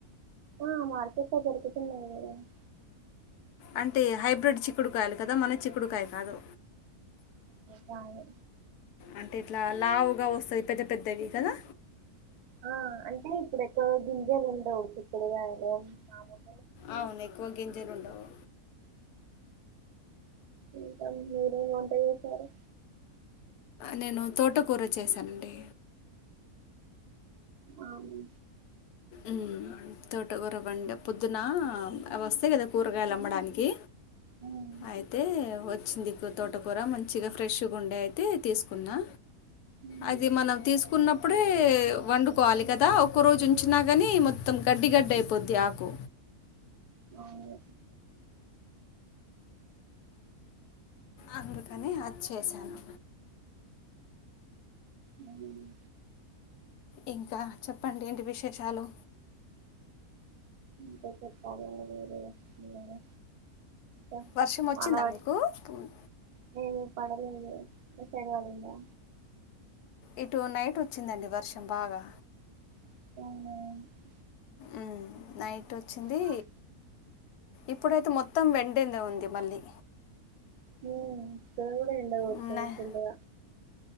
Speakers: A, on the right; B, on the left.
A: ఆ మార్కెట్ లో దొరుకుతున్నాయి అండి
B: అంటే హైబ్రిడ్ చిక్కుడుకాయలు కదా, మన చిక్కుడుకాయలు కాదు.
A: రాలే
B: అంటే ఇట్లా లావుగా వస్తాయి పెద్ద పెద్దవి కదా.
A: ఆ అంటే ఇప్పుడు ఎక్కువ గింజలు ఉండవు చిక్కుడుగాయలు మామూలుగా
B: అవును ఎక్కువ గింజలు ఉండవు.
A: ఇంకా మీరేం వంట చేశారు.
B: నేను తోటకూర చేశానండి.
A: అవును.
B: మ్ తోట కూరవండా. పొద్దున అవి వస్తాయి కదా కూరగాయలు అమ్మడానికి
A: ఉమ్
B: అయితే వచ్చిందికు తోటకూర మంచిగా ఫ్రెష్గే ఉండే అయితే తీసుకున్నా
A: ఉమ్
B: అది మనం తీసుకున్నప్పుడే వండుకోవాలి కదా ఒక్క రోజు వచ్చినా కానీ మొత్తం గడ్డి గడ్డ అయిపోద్ంది ఆకు
A: ఆవును
B: అందుకని అది చేశాను
A: హ్మ్
B: ఇంకా చెప్పండి ఏంటి విశేషాలు
A: ఇంకా చెప్పాలండి మీరే ఏమైనా తాంక్స్
B: వర్షం వచ్చిందా
A: అనై
B: మీకు
A: లేదు పడలేదు మీ సైడ్ పడిందా
B: ఇటు నైట్ వచ్చిందండి వర్షం బాగా
A: ఆవునా
B: ఆ నైట్ వచ్చింది
A: వాన
B: ఇప్పుడైతే మొత్తం వెండింద ఉంది మళ్ళీ
A: హ్మ్ రోజు ఎండ కొడతంది
B: ఉమ్, నే-
A: ఫుల్ల్గ